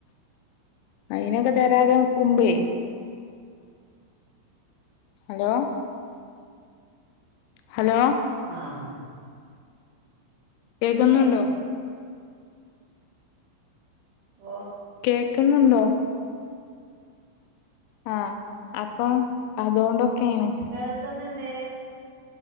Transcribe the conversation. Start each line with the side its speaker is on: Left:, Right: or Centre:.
Left: അയിനൊക്കെ തരാതെ നിക്കുമ്പെ ഹലോ ഹലോ
Right: ആഹ്
Left: കേൾക്കുന്നുണ്ടോ
Right: കേക്കില്ലേ ഓഹ്
Left: കേൾക്കുന്നുണ്ടോ ആഹ് അപ്പൊ അതുകൊണ്ടൊക്കെയാണ്
Right: കേൾക്കുന്നുണ്ട്